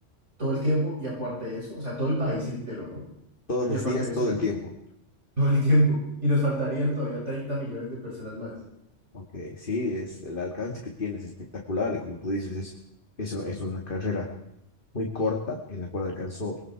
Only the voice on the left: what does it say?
Todos
los
días,
todo
el tiempo.
Ok, sí, es el alcance que tienes espectacular y como tú dices, es, es, es una carrera muy corta en la cual alcanzó